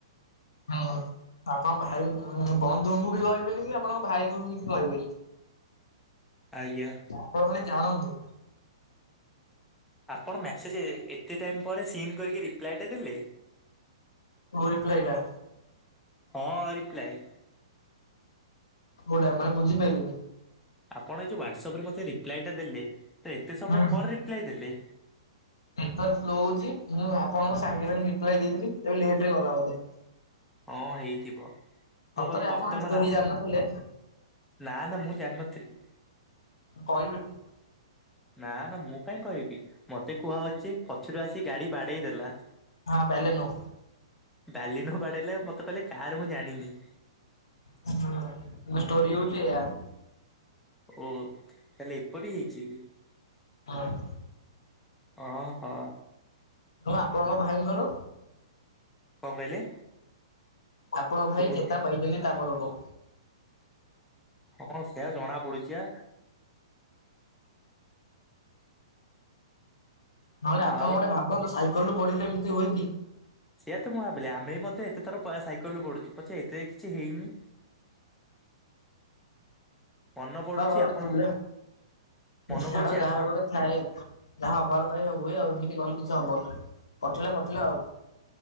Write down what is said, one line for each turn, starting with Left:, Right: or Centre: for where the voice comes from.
Left: ହଁ, ଆପଣଙ୍କ ଭାଇ ବନ୍ଧୁଙ୍କୁ ବି କହିବେନି କି ଆପଣଙ୍କ ଭାଇ କୁ ବି କିଛି କହିବେନି।
Centre: ଆଜ୍ଞା।
Left: ଆପଣ ଖାଲି ଜାଣନ୍ତୁ।
Centre: ଆପଣ ମ୍ୟାସେଜ୍ ଏତେ ଟାଇମ୍ ପରେ ସିନ୍‌ କରିକି ରିପ୍ଲାଏଟେ ଦେଲେ।
Left: କଉ ରିପ୍ଲାଇଟା
Centre: ହଁ ରିପ୍ଲାଇ।
Left: କୋଉଟା ମାନେ ବୁଝିପାଇଲିନି।
Centre: ଆପଣ ଏଜୋଉ ହ୍ୱାଟସଆପ ରେ ମୋତେ ରିପ୍ଲାଏ ଟା ଦେଲେ ଏତେ ସମୟ
Left: ହୁଁ।
Centre: ପରେ ରିପ୍ଲାଏ ଦେଲେ।
Left: ସାର୍ ସ୍ଲୋ ହଉଛି ମୁଁ ଆପଣଙ୍କୁ ସାଙ୍ଗେ ସାଙ୍ଗେ ରିପ୍ଲାଏ ଦେଇଥିଲି ତେବେ ଲେଟ ରେ ଗଲା ବୋଧେ।
Centre: ହଁ ହେଇଥିବ,
Left: ସତରେ
Centre: ମୋ ପାଖକୁ
Left: ଆପଣ
Centre: ବର୍ତ୍ତମାନ
Left: ଏ ଷ୍ଟୋରି
Centre: ଆସିନି।
Left: ଜାଣିନଥିଲେ
Centre: ନା ନା ମୁଁ ଜାଣିନଥିଲି।
Left: କହିବେନି।
Centre: ନା ନା ମୁଁ କାଇଁ କହିବି ମତେ କୁହା ହଉଛି ପଛରୁ ଆସି ଗାଡି ବାଡେଇ ଦେଲା।
Left: ହଁ ବେଲେ ନୁ
Centre: ଡ଼ାଲିନୁ ବାଡେଇଲା ମତେ କହିଲେ କାହାର ମୁଁ ଜାଣିନି।
Left: ହଁ ମୁ କହିଲି ଷ୍ଟୋରି ହଉଚି ଏଇଆ।
Centre: ଓ ତାହଲେ ଏପରି ହେଇଛି।
Left: ହଁ।
Centre: ଅ ହଁ।
Left: ତ ଆପଣଙ୍କ ଭାଇଙ୍କର
Centre: କଣ କହିଲେ?
Left: ଆପଣଙ୍କ ଭାଇ
Centre: ଶୁଭୁ
Left: ଚେତା ପାଇଛନ୍ତି ତା ପରଠୁ।
Centre: ହଁ ସେଇଆ ଜଣା ପଡୁଛି ଆ।
Left: ନହେଲେ ଆପଣ
Centre: ଆଉ
Left: ଗୋଟେ ଭାବନ୍ତୁ ସାଇକେଲରୁୁ ପଡିଲେ ଏମିତି ହୁଏ କିି।
Centre: ସେଇଆ ତ ମୁଁ ଭାବିଲି ଆମେ ବି ମଧ୍ୟ ଏତେ ଥର ସାଇକେଲରୁୁ ପଡୁଛୁ ପଛେ ଏତେତ କିଛି ହେଇନି। ମନ ପଡୁଛି
Left: ଝାଡ ଗୋଟେ
Centre: ଆପଣ
Left: ଥିଲା
Centre: ମନ
Left: ଝାଡ
Centre: ପଡ଼ୁଛି
Left: ଯାହାର
Centre: ଆପଣ
Left: ଗୋଟେ ଥାଏ ଯାହା ହବାର ତ ସେ ହୁଏ ଆଉ ଏମିତି କହିଲେ କିଛି ହବନି। କଟିଲା କଟିଲା ଆଉ।